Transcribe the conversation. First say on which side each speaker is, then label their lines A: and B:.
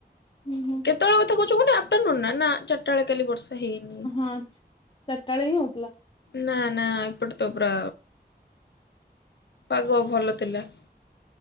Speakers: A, on the left (about 30°); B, on the left (about 85°).
A: ଉଁ ହୁଁ
B: କେତୋଳ କଥା କୋହୁଚ କୁହନି ଆ ଆଫଟରନୁନ ନା ନା ଚାରଟା ବେଳେ କାଲି ବର୍ଷା ହେଇନି।
A: ଆଛ୍ ଚାରଟା ବେଳେ ହିଁ ହୋଉଥୁଲା।
B: ନା ନା ଏପଟେ ତ ପୁରା ପାଗ ଭଲ ଥିଲା।